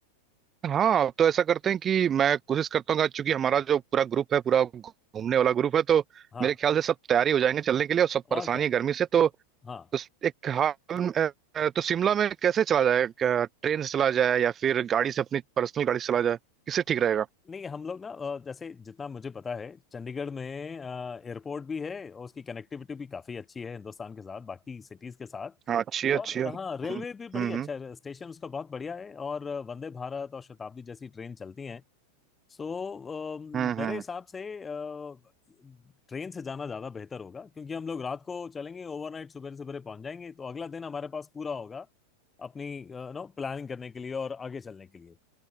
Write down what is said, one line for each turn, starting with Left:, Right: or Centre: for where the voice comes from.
Right: हाँ तो ऐसा करते हैं कि मैं कोशिश करता हूँ क्योंकि हमारा जो पूरा ग्रुप है पूरा घूमने वाला ग्रुप है तो
Left: हाँ
Right: मेरे ख्याल से सब तैयारी हो जाएंगे चलने के लिए और सब
Left: और
Right: परेशानी
Left: क्या
Right: है गर्मी से तो, तो
Left: हाँ
Right: एक हाल अ, तो शिमला में कैसे चला जाए क्या ट्रेन से चला जाए या फिर गाड़ी से अपनी पर्सनल गाड़ी से चला जाए किससे ठीक रहेगा
Left: नहीं हम लोग ना अ, जैसे जितना मुझे पता है चंडीगढ़ में एयरपोर्ट भी है और उसकी कनेक्टिविटी भी काफ़ी अच्छी है हिंदुस्तान के साथ बाकी सिटीज़ के साथ
Right: हाँ अच्छी है,
Left: और
Right: बताइए अच्छी है
Left: हाँ रेलवे
Right: हम्म
Left: भी बड़ी
Right: हम्म
Left: अच्छा है स्टेशन उसका बहुत बढ़िया है और अ, वंदे भारत और शताब्दी जैसी ट्रेन चलती हैं सो अ,
Right: हम्म
Left: मेरे हिसाब से अ, ट्रेन से जाना ज़्यादा बेहतर होगा क्योंकि हम लोग रात को चलेंगे ओवरनाइट सुबह सवेरे पहुंच जाएंगे तो अगला दिन हमारे पास पूरा होगा अपनी नो प्लानिंग करने के लिए और आगे चलने के लिए